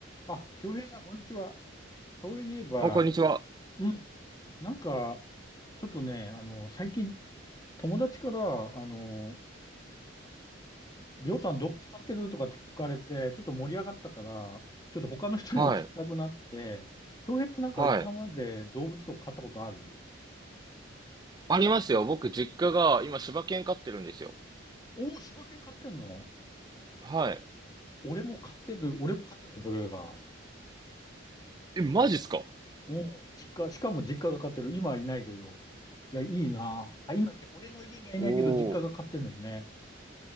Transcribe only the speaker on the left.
あ、京平さん、こんにちは。そういえば、
うん。なんか、ちょっとね、あの、最近、友達から、あの、りょうさん動物飼ってるとかって聞かれて、ちょっと盛り上がったから、ちょっと他の人にも聞きたくなって、
京平さんなんか今まで動物とか飼ったことある
おおー、柴犬飼ってんの
俺も飼ってる、俺も飼ってるの、それが。
もう、実家、しかも実家が飼ってる。今はいないけど。いや、いいな。あ、今って俺の家にはいないけど、
実家が飼ってるのよね。